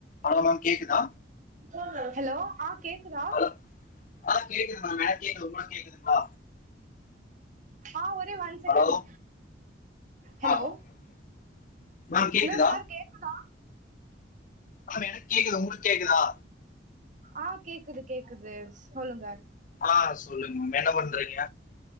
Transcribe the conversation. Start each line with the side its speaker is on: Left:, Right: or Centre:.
Left: ஹலோ மேம் கேக்குதா
Right: ஆ ஹலோ ஆ கேக் க்குதா
Left: ஹலோ ஆ கேக்குது மேம் எனக்கு கேக்குது உங்களுக்கு கேக்குதுங்களா
Right: ஆ ஒரே ஒன் செகன்ட்
Left: ஹலோ
Right: hello
Left: ஆ okay okay ma'am கேக்குதா
Right: hello சார் கேக்குதா
Left: மேடம் எனக்கு கேக்குது ஒங்களுக்கு கேக்குதா
Right: ஆ கேக்குது கேக்குது சொல்லுங்க
Left: ஆ சொல்லுங்க மேம் என்ன பண்றீங்க